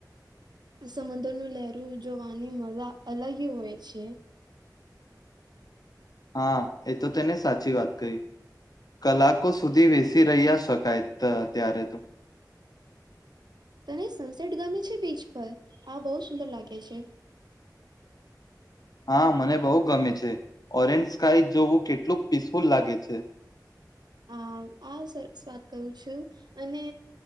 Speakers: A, on the right; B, on the left.
A: સમુદ્રનું લહેરું જોવાની મજા અલગ હોય છે.
B: હા એ તો તેને સાચી વાત કહી કલાકો સુધી વસી રહ્યા શકાય ત્યારે તો
A: તને સનસેટ ગમે છે બીચ પર આ બહુ સુંદર લાગે છે.
B: હા મને બહુ ગમે છે ઓરેન્જ સ્કાય જોવું કેટલું પીસફુલ લાગે છે.
A: આ વાત કું છું અને